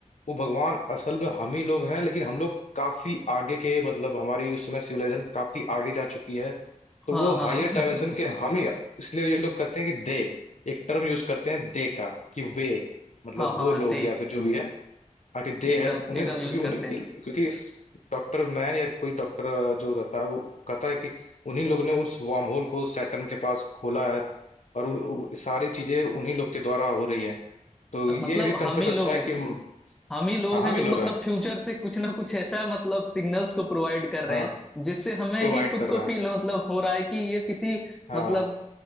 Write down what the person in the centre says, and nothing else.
हाँ
हाँ
<laughs>
हाँ हाँ
हाँ,
दे
एकदम
एकदम
यूज
करते हैं
अ,
मतलब
हम ही
लोग
हैं
हम ही लोग
हैं
जो
मतलब
फ्यूचर से कुछ ना कुछ ऐसा मतलब सिग्नल्स को प्रोवाइड कर रहे
हैं जिससे हमें
ही खुद
को
फील मतलब हो रहा है कि ये किसी
मतलब